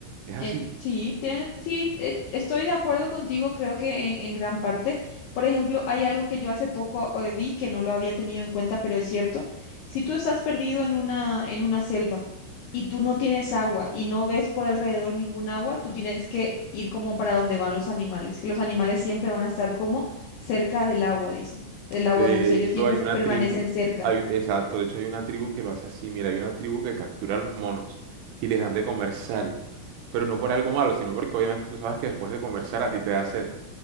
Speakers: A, on the right; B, on the left.
A: Es así.
B: Eh, sí, tiene- sí, eh, estoy de acuerdo contigo, creo que en, en gran parte. Por ejemplo, hay algo que yo hace poco eh, vi que no lo había tenido en cuenta, pero es cierto. Si tú estás perdido en una, en una selva y tú no tienes agua y no ves por alrededor ningún agua, tú tienes que ir como para donde van los animales, que los animales siempre van a estar como cerca del agua, dice, del agua
A: De
B: dulce. Ellos
A: hecho,
B: siempre
A: hay una
B: permanecen
A: tribu,
B: cerca.
A: hay- exacto, de hecho hay una tribu que lo hace así. Mira, hay una tribu que captura a los monos y les dan de comer sal. Pero no por algo malo, sino porque obviamente tú sabes que después de comer sal a ti te da sed.